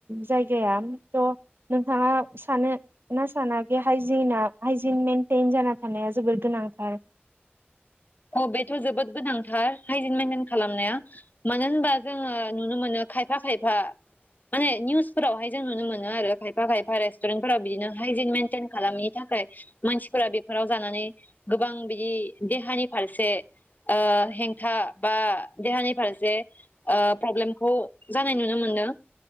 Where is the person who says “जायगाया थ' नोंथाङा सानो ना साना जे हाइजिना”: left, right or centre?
Right